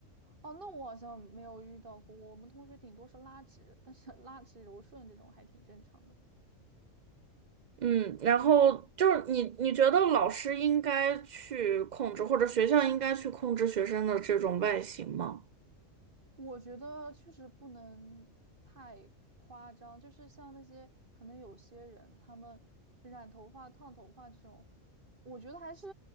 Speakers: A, on the right; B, on the right.
A: 哦，那我好像没有遇到过，我们同学顶多是拉直，但是 <laughs> 拉直柔顺这种还挺正常的。
B: 嗯，然后就是你，你觉得老师应该去控制，或者学校应该去控制学生的这种外形吗？
A: 我觉得确实不能太夸张，就是像那些可能有些人他们染头发、烫头发这种，我觉得还是